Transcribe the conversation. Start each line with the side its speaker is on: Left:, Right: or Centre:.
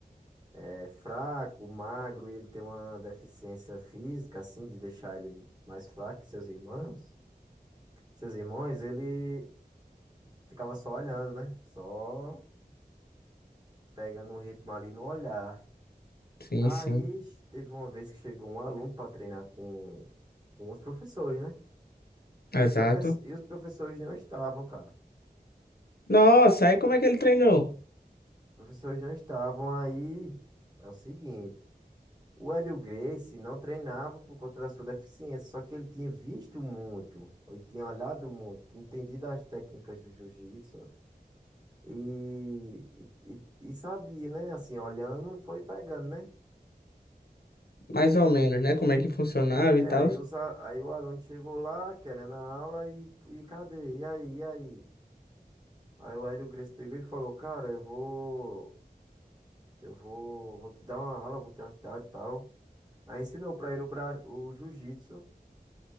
Right: é, fraco, magro, e ele tem uma deficiência física, assim, de deixar ele mais fraco que seus irmãos. Seus irmãos, ele ficava só olhando, né? Só pegando um ritmo ali no olhar.
Left: Sim,
Right: Aí
Left: sim.
Right: ch- teve uma vez que chegou um aluno para treinar com, com os professores, né? E os,
Left: Exato.
Right: profe e os professores não estavam, cara.
Left: Nossa, aí como é que ele treinou?
Right: Os professores não estavam aí. É o seguinte, o Hélio Gracie não treinava por conta da sua deficiência, só que ele tinha visto muito, ele tinha olhado muito, tinha entendido as técnicas do jiu-jitsu e, e, e- e sabia, né? Assim, olhando, foi pegando, né?
Left: Mais ou menos, né? Como é que funcionava
Right: É,
Left: e tal.
Right: aí, os, a- aí o aluno chegou lá, querendo a aula, e, e cadê? E aí, e aí? Aí o Hélio Gracie pegou e falou, cara, eu vou, eu vou, vou te dar uma aula, vou te ajudar e tal. Aí ensinou pra ele o, bra... o jiu-jitsu